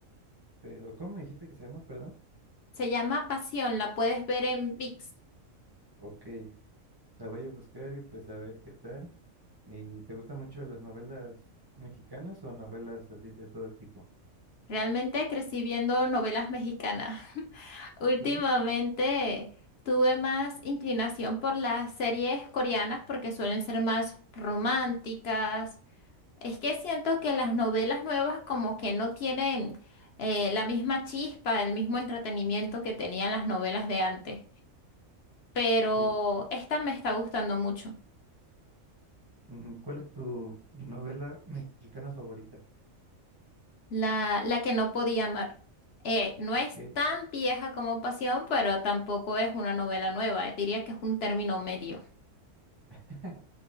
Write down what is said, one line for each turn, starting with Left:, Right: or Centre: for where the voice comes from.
Right: pero ¿cómo me dijiste que se llama? Perdón.
Left: Se llama Pasión, la puedes ver en VIX.
Right: Ok, la voy a buscar y pues a ver qué tal. ¿Y te gustan mucho las novelas mexicanas o novelas así de todo tipo?
Left: Realmente crecí viendo novelas mexicanas. <laughs>
Right: Ok.
Left: Últimamente tuve más inclinación por las series coreanas porque suelen ser más románticas. Es que siento que las novelas nuevas como que no tienen eh, la misma chispa, el mismo entretenimiento que tenían las novelas de antes. Pero
Right: Sí.
Left: esta me está gustando mucho.
Right: Ujú, ¿Cuál es tu novela mexicana favorita?
Left: La, la que no podía amar. Eh, no es
Right: Ok.
Left: tan vieja como Pasión, pero tampoco es una novela nueva. eh, Diría que es un término medio.
Right: <laughs>